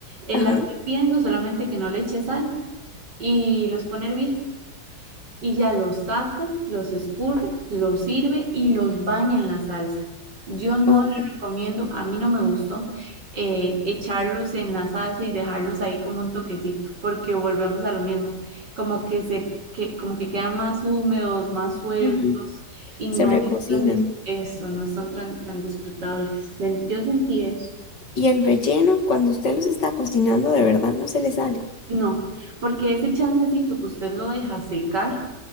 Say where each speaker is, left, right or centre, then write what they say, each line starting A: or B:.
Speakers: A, on the right; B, on the left.
A: El
B: ajá,
A: agua hirviendo, solamente que no le eche sal y los pone a hervir. y ya los saca, los escurre, los sirve y los baña en la salsa. Yo no
B: ok.
A: le recomiendo, a mí no me gustó eh, echarlos en la salsa y dejarlos ahí como un toquecito, porque volvemos a lo mismo, como que se, que, como que quedan más húmedos, más sueltos
B: ujú,
A: y no
B: Se recocinan.
A: están eso, no son tan, tan disfrutables. Sen- Yo sentí eso.
B: Y el relleno, cuando usted los está cocinando, de verdad no se le sale.
A: No, porque ese chancecito que usted lo deja secar